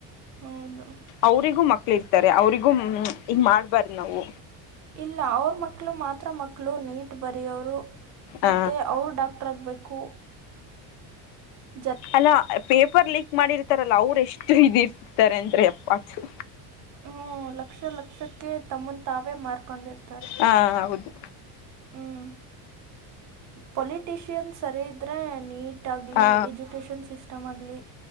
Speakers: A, on the right; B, on the left.
A: ಹೌದು
B: ಅವರಿಗೂ ಮಕ್ಕಳು ಇರ್ತಾರೆ ಅವರಿಗೂ ಹಂ ಹಿಂಗ್ ಮಾಡ್ಬಾರ್ದು ನಾವು
A: ಇಲ್ಲ ಅವ್ರ ಮಕ್ಕಳು ಮಾತ್ರ ಮಕ್ಕಳು ನೀಟ್ ಬರೆಯೋರು. ಮತ್ತೆ
B: ಆ
A: ಅವರು ಡಾಕ್ಟ್ರಾಗಬೇಕು ಗು
B: ಅಲ್ಲ ಪೇಪರ್ ಲೀಕ್ ಮಾಡಿರ್ತಾರಲ್ಲ ಅವ್ರ ಎಷ್ಟು ಇದಿರ್ತಾರೆ ಅಂದ್ರೆ ಅಪ್ಪಾ ಥು
A: ಹೂ ಲಕ್ಷ ಲಕ್ಷಕ್ಕೆ ತಮ್ಮ ತಾವೇ ಮಾರ್ಕೊಂಡಿರ್ತಾರೆ.
B: ಹಾ ಹೌದು
A: ಹ್ಞೂ ಪೊಲಿಟಿಷಿಯನ್ ಸರಿ ಇದ್ರೆ ನೀಟ್ ಆಗ್ಲಿ
B: ಹಾ
A: ಎಜುಕೇಶನ್ ಸಿಸ್ಟ್ ಸಿಸ್ಟಮ್ ಆಗ್ಲಿ